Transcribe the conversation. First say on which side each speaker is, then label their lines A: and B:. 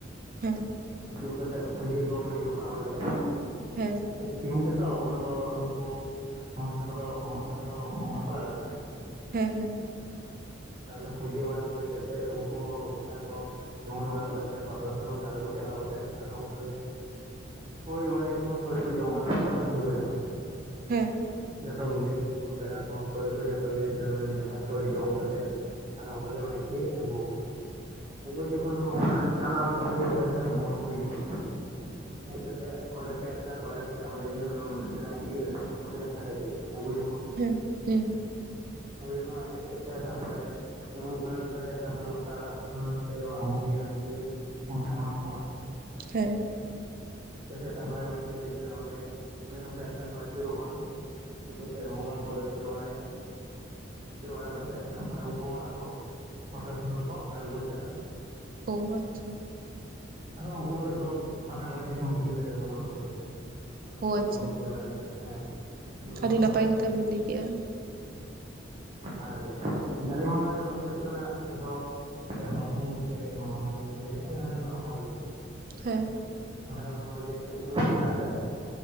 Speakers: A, on the right (about 50°); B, on the right (about 30°).
A: ᱦᱮᱸ᱾
B: ᱟᱹᱪᱩᱨ ᱠᱟᱛᱮᱫ ᱯᱩᱡᱟᱹ ᱠᱚ ᱦᱩᱭᱩᱜ-ᱟ ᱚᱸᱰᱮ᱾
A: ᱦᱮᱸ
B: ᱥᱤᱢ ᱜᱮᱛᱚ ᱩᱱᱫᱚ ᱩᱱᱠᱩ ᱢᱟᱪᱷᱟ ᱢᱟᱪᱷᱟ ᱠᱚᱫᱚ ᱵᱟᱦᱟ ᱫᱚ ᱵᱟᱠᱚ ᱞᱟᱜᱟᱜ-ᱟ᱾
A: ᱦᱮᱸ ᱦᱮᱸ᱾
B: ᱚᱰᱮᱸ ᱯᱩᱡᱟᱹ ᱵᱟᱲᱟ ᱦᱳᱭ ᱠᱟᱛᱮᱫ ᱩᱱᱠᱩ ᱦᱚᱸ ᱜᱚᱴᱟ ᱠᱚ᱾ ᱥᱤᱢᱟᱹᱱ ᱵᱟᱲᱟ ᱠᱟᱛᱮᱫ ᱠᱚᱣᱟ ᱛᱚᱲᱮ ᱥᱩᱛᱟᱹᱢ ᱛᱮ ᱟᱬᱜᱚ ᱪᱟᱞᱟᱣ ᱠᱟᱛᱮ ᱟᱨᱦᱚᱸ ᱚᱱᱠᱟ ᱜᱮ ᱥᱳᱲᱮ ᱵᱟᱲᱟᱭᱟ ᱠᱚ ᱥᱳᱲᱮ ᱠᱚ ᱡᱚᱢ ᱵᱟᱲᱟ ᱠᱟᱛᱮ ᱛᱟᱨᱟ ᱥᱤᱧ ᱵᱮᱲᱟ
A: ᱦᱮᱸ᱾
B: ᱡᱚᱛᱚ ᱠᱚᱜᱮ ᱯᱮᱲᱟ ᱠᱚ ᱯᱟᱹᱲᱦᱟᱹ ᱡᱷᱚᱛᱚ ᱜᱮ <inaudible> ᱡᱟᱦᱮᱨ ᱥᱳᱲᱮ ᱡᱚᱢ ᱠᱟᱛᱮᱜ ᱟᱨ ᱚᱱᱠᱟ ᱜᱮ ᱱᱟᱭᱜᱮ ᱟᱹᱜᱩ ᱟᱹᱜᱩᱭ ᱡᱚᱠᱷᱚᱱ ᱦᱚᱸ ᱚᱱᱠᱟ ᱴᱟᱢᱟᱠ ᱨᱩ <unintelligible> ᱵᱚᱸᱜᱟ ᱠᱚ ᱦᱤᱡᱩᱜ-ᱟ᱾ ᱦᱮᱡ ᱠᱟᱛᱮᱜ ᱚᱸᱰᱮ ᱯᱮ ᱟᱹᱠᱷᱲᱟ ᱠᱚ ᱮᱱᱮᱡ ᱪᱟ, ᱚᱸᱰᱮ ᱜᱮ <inaudible> ᱤᱭᱟᱹᱨᱮ ᱡᱟᱦᱮᱨ ᱨᱮᱜᱮ ᱟᱹᱜᱩ ᱡᱚᱠᱷ
A: ᱦᱩᱸ ᱦᱩᱸ᱾
B: ᱦᱳᱭ ᱡᱚᱠᱷᱚᱱ ᱦᱮᱡ ᱦᱮᱡ ᱛᱮ ᱨᱮ ᱜᱷᱟᱹᱲᱤ ᱯᱚᱨᱮ ᱛᱟᱨᱯᱚᱨᱮ ᱞᱚᱴᱟ ᱫᱟᱜ ᱟᱛᱮ ᱟᱵᱩᱜᱮᱭᱟ ᱱᱟᱭᱠᱮ᱾ ᱵᱟᱦᱟᱭ ᱮᱢᱟ ᱠᱚᱣᱟ᱾
A: ᱦᱮᱸ᱾
B: ᱦᱮᱡ ᱠᱟᱛᱮᱜ ᱛᱟᱨᱯᱚᱨᱮ ᱱᱟᱭᱠᱮ ᱨᱟᱪᱟ ᱚᱸᱰᱮ, ᱚᱸᱰᱮ ᱦᱚᱸ ᱯᱮ ᱟᱠᱷᱟᱲᱟ ᱠᱚ ᱟᱹᱪᱩᱨᱚᱜ-ᱟ᱾ ᱟᱴᱩᱯᱟᱛᱮᱫ ᱵᱚᱸᱜᱟ ᱠᱚ ᱨᱟᱹᱥᱠᱟᱹ ᱵᱟᱲᱟᱭᱟ᱾ ᱨᱟᱹᱥᱠᱟᱹ ᱵᱟᱲᱟ ᱠᱟᱛᱮᱫ ᱛᱟᱨᱯᱚᱨᱮ ᱩᱱᱠᱩ ᱟᱨᱦᱚᱸ ᱠᱟᱛᱮᱠ ᱠᱚ ᱫᱚ ᱠᱚ ᱟᱬᱜᱚ ᱪᱟᱜᱼᱟ᱾
A: ᱳ ᱟᱪᱪᱷᱟ
B: ᱟᱨ ᱟᱨᱦᱚᱸ ᱩᱱ ᱦᱤᱞᱳᱜ ᱫᱚ <unintelligible> ᱢᱤᱫ ᱧᱤᱫᱟᱹ ᱩᱱ ᱦᱤᱞᱳᱜ ᱫᱚ᱾ ᱱᱟᱭᱠᱮ
A: ᱟᱪᱪᱷᱟ
B: ᱠᱚᱢ ᱵᱤᱫᱟᱹ ᱵᱟᱲᱟ ᱠᱟᱛᱮᱫ
A: ᱟᱹᱰᱤ ᱱᱟᱯᱟᱭ ᱠᱟᱛᱷᱟ
B: ᱦᱮᱸ
A: ᱵᱤᱱ
B: <inaudible>
A: ᱞᱟᱹᱭ ᱠᱮᱜᱼᱟ᱾
B: ᱟᱨ ᱡᱟᱲᱤ ᱢᱟ ᱦᱩᱭᱩᱜ ᱠᱟᱱᱟ ᱡᱚᱛᱚᱼᱼ ᱥᱮ ᱵᱟᱹᱦᱩ ᱥᱮ ᱢᱟᱢᱟᱭᱩ ᱥᱮ ᱡᱟᱦᱟᱸᱟᱭ ᱞᱟᱸᱫᱟ ᱜᱟᱱᱚᱜ ᱦᱚᱲᱜᱮ᱾
A: ᱦᱮᱸ᱾
B: ᱞᱟᱱᱫᱟᱸ ᱜᱟᱱᱚᱜ ᱦᱚᱲ ᱜᱮ ᱩᱱᱠᱩ ᱥᱮᱛᱟᱜ ᱨᱮ...